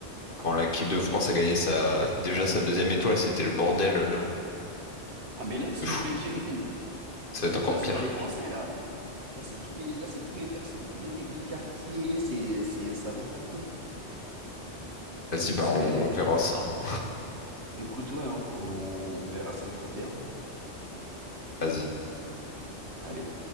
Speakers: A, on the left; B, on the right.
A: Quand l'équipe de France a gagné sa déjà sa deuxième étoile, c'était le bordel. euh,
B: Ah mais là, si
A: de fou.
B: le PSG gagne,
A: Ça va
B: là
A: être encore
B: là, c'est
A: pire.
B: pas les Français là. Là c'est tous les, là c'est tous les Persa- tous les mecs de quartier. C'est, c'est, ça va être la folie.
A: Vas-y, bah
B: C'est...
A: on, verra ça. hein.
B: Écoute, ouais, hein, On... on verra ça le 31. hein.
A: Vas-y.
B: Allez.